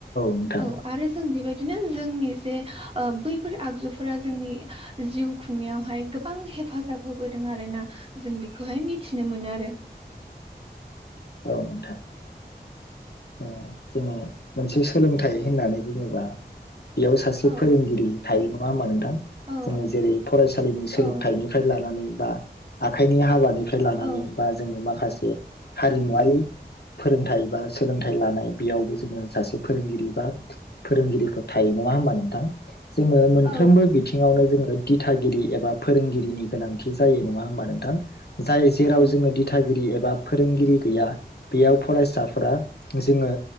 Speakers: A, on the left; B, on the right.
A: नोंथां
B: औ आरो जों बेबायदिनो जोंनि जे ओ बै फोर आगजुफोरा जोंनि जिउ खुंनायावहाय गोबां हेफाजाब होबोदों आरोना। जों बेखौहाय मिथिनो मोनो आरो।
A: औ नोंथां। औ जोङो मोनसे सोलोंथाइ होननानै बुङोबा बेयाव सासे
B: औ
A: फोरोंगिरि थायो। नङा होमबा? नों
B: औ
A: जोङो जेरै फरायसालिनि सोलोंथाइनिफ्राय
B: औ
A: लानानै बा आखाइनि हाबानि फ्राय लानानै
B: औ
A: बा जोङो माखासे हारिमुवारि फोरोंथाइ बा सोलोंथाइ लानाय बेयावबो जोङो सासे फोरोंगिरि बा फोरोंगिरिफोर थायो। नङा होमबा नोंथां? जोङो मोनफ्रोमबो
B: औ
A: बिथिङावनो जोङो दिथागिरि एबा फोरोंगिरिनि गोनांथि जायो। नङा होमबा नोंथां? जाय जेराव
B: औ
A: जोङो दिथागिरि एबा फोरोंगिरि गैया बेयाव फरायसाफोरा जोङो